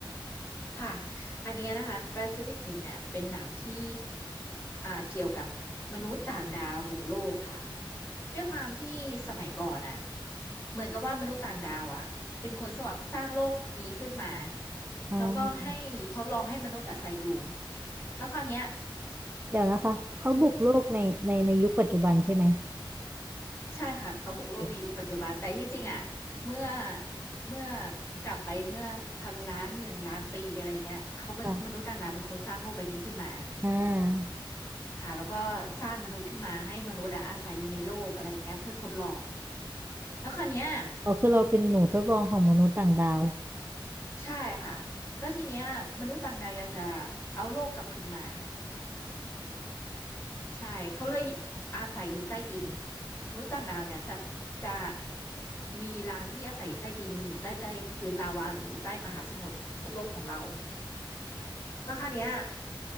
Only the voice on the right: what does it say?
อ่า
เดี๋ยวนะคะเขาบุกโลกในในในยุคปัจจุบันใช่ไหม
เอ๊ะ
ค่ะอ่า
อ๋อคือเราเป็นหนูทดลองของมนุษย์ต่างดาว